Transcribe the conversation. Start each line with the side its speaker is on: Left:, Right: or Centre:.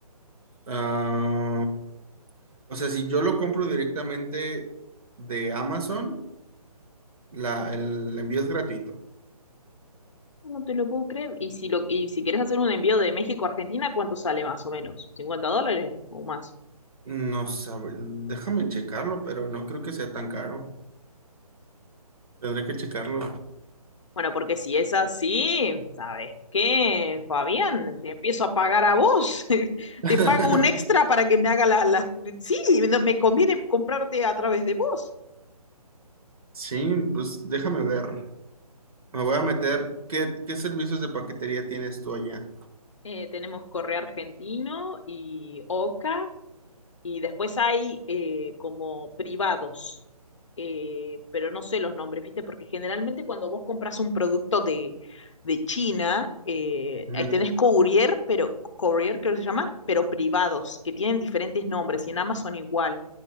Right: Ah, O sea, si yo lo compro directamente de Amazon, la, el envío es gratuito.
Left: No te lo puedo creer. Y si lo, y si quieres hacer un envío de México a Argentina, ¿cuánto sale más o menos? cincuenta dólares o más?
Right: No sabe, déjame checarlo, pero no creo que sea tan caro. Tendré que checarlo.
Left: Bueno, porque si es así, ¿sabes qué, Fabián? Te empiezo a pagar a vos. <laughs>
Right: <laughs>
Left: Te pago un extra para que me haga las... La... la- Sí, no, me conviene comprarte a través de vos.
Right: Sí, pues déjame ver. Me voy a meter. ¿Qué, qué servicios de paquetería tienes tú allá?
Left: Eh, tenemos Correo Argentino y Oca Y después hay eh, como privados, eh, pero no sé los nombres, ¿viste? Porque generalmente cuando vos compras un producto de, de China, eh,
Right: Ujú,
Left: ahí tenés courier, pero courier creo que se llama, pero privados, que tienen diferentes nombres y en Amazon igual.